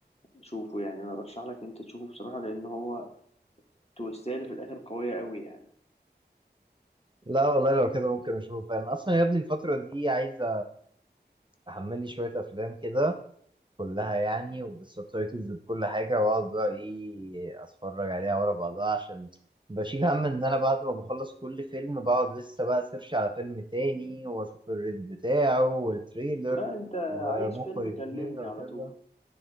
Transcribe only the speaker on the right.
لا والله لو كده ممكن اشوفه فعلا اصلا يا ابني الفتره دي عايز احمل لي شويه افلام كده كلها يعني وبالسبتايتلز بكل حاجة وأقعد بقى إيه أتفرج عليها ورا بعضها عشان بشيل هم إن أنا بعد ما بخلص كل فيلم بقعد لسه بقى سيرش على فيلم تاني وأشوف الريت بتاعه والتريلر
ومخرج
مين وكده